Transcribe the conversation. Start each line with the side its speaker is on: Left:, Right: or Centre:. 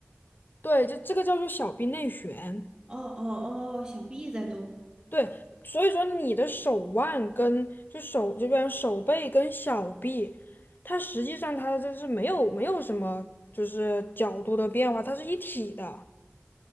Left: 对，就这个叫做小臂内旋。
Right: 哦哦哦，小臂在动。
Left: 对，所以说你的手腕跟就手这边手背跟小臂，它实际上它就是没有没有什么就是角度的变化，它是一体的。